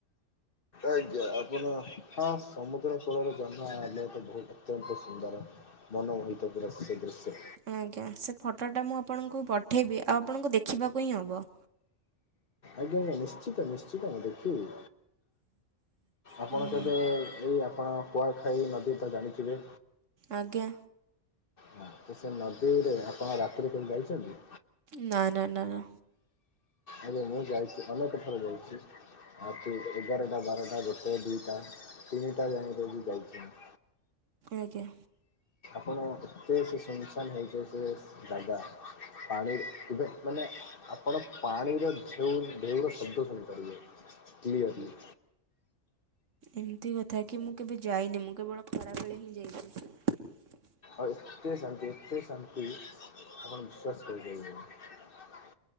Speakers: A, on the left; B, on the right.
A: ଆଜ୍ଞା ଆପଣ ହଁ ସମୁଦ୍ର କୂଳରେ ଜହ୍ନ ତ ବହୁତ ଅତ୍ୟନ୍ତ ସୁନ୍ଦର। ମନୋମୋହିତ ପୁରା ସେ ଦୃଶ୍ୟ।
B: ଆଜ୍ଞା ସେ ଫଟୋଟା ମୁଁ ଆପଣଙ୍କୁ ପଠେଇବି ଆଉ ଆପଣଙ୍କୁ ଦେଖିବାକୁ ହିଁ ହେବ।
A: ଆଜ୍ଞା ଆଜ୍ଞା ନିଶ୍ଚିତ ନିଶ୍ଚିତ ମୁଁ ଦେଖିବି। ଆପଣ
B: ହୁଁ,
A: କେବେ ଏଇ ଆପଣ କୁଆଖାଇ ନଦୀ ତ ଜାଣିଥିବେ।
B: ଆଜ୍ଞା।
A: ହ ତ ସେ ନଦୀରେ ଆପଣ ରାତିରେ କେହି ଯାଇଛନ୍ତି।
B: ନା ନା ନା ନା।
A: ଆରେ ମୁଁ ଯାଇଚି ଅନେକ ଥର ଯାଇଚି। ରାତି ଏଗାରଟା ବାରଟା ଗୋଟେ ଦିଇଟା ତିନିଟା ଯାଏ <unintelligible> ଯାଇଚି ମୁଁ।
B: ଆଜ୍ଞା।
A: ଆପଣ ଏତେ ସେ ଶୁନଶାନ୍ ହେଇଥିବ ସେ ଜାଗା ପାଣି ଏବେ ମାନେ ଆପଣ ପାଣିରେ ଢେଉ ଢେଉର ଶବ୍ଦ ଶୁଣିପାରିବେ କ୍ଲିଅରଲି।
B: ଏମତି କଥା କି ମୁଁ କେବେ ଯାଇନି ମୁଁ କେବଳ ଖରା ବେଳେ ହିଁ ଯାଇଚି।
A: ଆଉ ଏତେ ଶାନ୍ତି ଏତେ ଶାନ୍ତି ଆପଣ ବିଶ୍ୱାସ କରିପାରିବେନି।